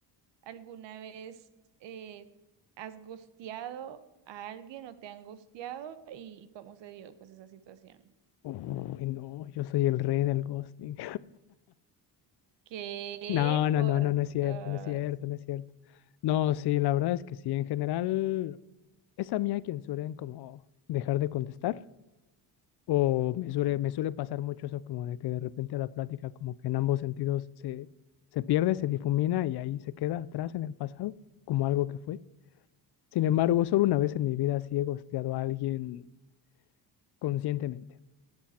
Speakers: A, on the right; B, on the left.
A: ¿alguna vez eh, has gosteado a alguien o te han gosteado y, y cómo se dio pues esa situación?
B: Uy, no, yo soy el rey del ghosting.
A: ¿Qué?
B: No, no,
A: Por
B: no, no, no es cierto,
A: Dios.
B: no es cierto, no es cierto. No, sí, la verdad es que sí, en general es a mí a quien suelen como dejar de contestar o me suele, me suele pasar mucho eso como de que de repente la plática como que en ambos sentidos se, se pierde, se difumina y ahí se queda atrás en el pasado como algo que fue. Sin embargo, solo una vez en mi vida sí he ghosteado a alguien conscientemente.